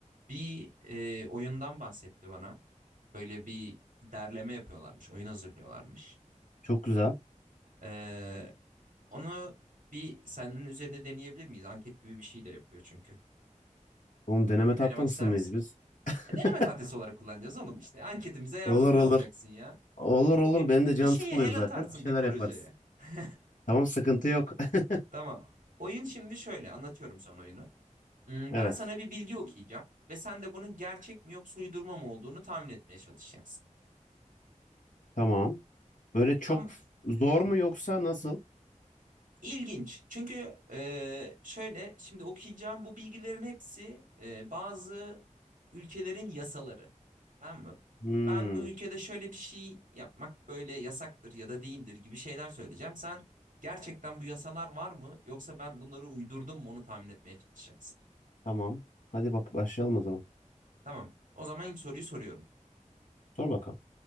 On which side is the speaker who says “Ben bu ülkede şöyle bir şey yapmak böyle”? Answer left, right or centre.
Right